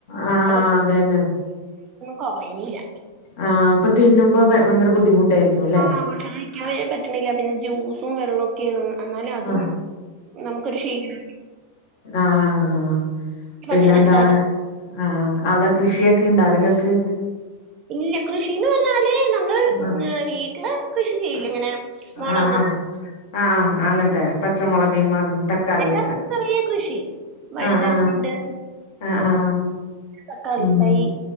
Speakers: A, on the left; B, on the right.
A: ആ
B: അത്
A: അതന്നെ
B: കുറയുന്നില്ല
A: ആ അപ്പൊ തിന്നുമ്പോ ഭയങ്കര ബുദ്ധിമുട്ടായിരിക്കും ല്ലേ?
B: <unintelligible> പറ്റണില്ല പിന്നെ ജൂസും വെള്ളം ക്കെണ് എന്നാലതും
A: ആ
B: നമുക്കൊരു ക്ഷീണ
A: ആഹ് പിന്നെന്താണ്?
B: ഭക്ഷണം എത്താതെ
A: ആ അവിടെ കൃഷിയൊക്കെണ്ടോ നിങ്ങക്ക്?
B: ഇല്ല കൃഷിന്ന് പറഞ്ഞാലേ നമ്മള്
A: ആ
B: വീട്ടില് കൃഷി ചെയ്യ്ലെ ഇങ്ങനെ മുളക്
A: ആഹ് ആഹ് ആ ആ അങ്ങനത്തെ- പച്ചമുളക് അതും തക്കാളിയൊക്കെ
B: എന്താ കുറേ കൃഷി വഴുതലങ്ങണ്ട്
A: ആ ആ ആ ആ ആ
B: തക്കാളി
A: ഉം
B: തയ്